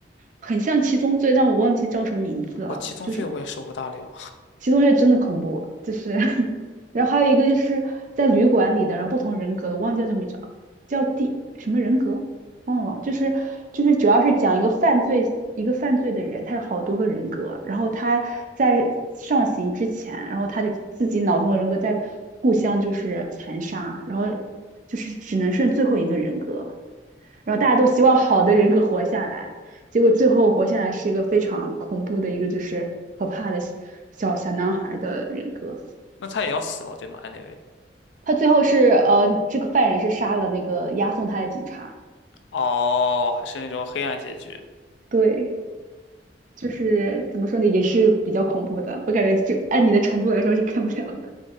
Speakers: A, on the right; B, on the left.
A: 很像七宗罪，但我忘记叫什么名字了。
B: 哦，七宗罪我也受不大了，
A: 就是七宗罪真的恐怖，就是 <laughs> 然后还有一个就是在旅馆里的，然后不同人格的，我忘记叫什么名字了，叫第什么人格忘了，就是就是主要是讲一个犯罪一个犯罪的人，他有好多个人格，然后他在上刑之前，然后他就自己脑中的人格在互相就是残杀，然后就是只能剩最后一个人格，然后大家都希望好的人格活下来，结果最后活下来是一个非常恐怖的一个就是可怕的小小小男孩的人格。
B: <laughs> 那他也要死了对吗？Anyway，
A: 他最后是呃，这个犯人是杀了那个押送他的警察。
B: 哦，还是那种黑暗结局。
A: 对，就是怎么说呢，也是比较恐怖的。我感觉就按你的程度来说是看不了的。